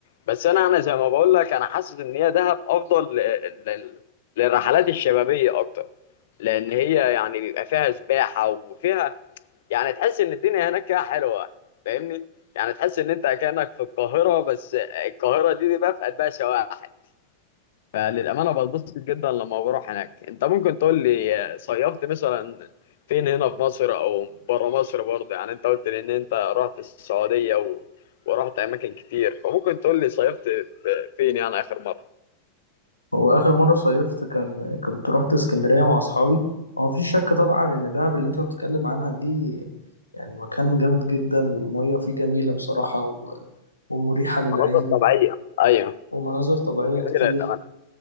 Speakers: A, on the left (about 55°); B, on the left (about 85°).
A: بس أنا أنا زي ما بقول لك أنا حاسس إن هي دهب أفضل ل... لل... للرحلات الشبابية أكتر لأن هي يعني بيبقى فيها سباحة وفيها يعني تحس ان الدنيا هناك كده حلوه فاهمني يعني تحس ان انت كانك في القاهره بس القاهره دي, دي بقى في قلبها شواحن فللامانه بتبسط جدا لما بروح هناك انت ممكن تقول لي صيفت مثلا فين هنا في مصر او بره مصر برضه يعني انت قلت لي ان انت رحت السعوديه و... ورحت اماكن كتير فممكن تقول لي صيفت في- فين يعني اخر مره
B: هو آخر مرة صيفت كان كنت رحت اسكندرية مع أصحابي هو مفيش شك طبعا إن دهب اللي أنت بتتكلم عنها دي يعني مكان جامد جدا والمية فيه جميلة بصراحة و... ومريحة للعين
A: مناطق طبيعيه ايوه
B: ومناظر طبيعية
A: جميله
B: كتير
A: تمام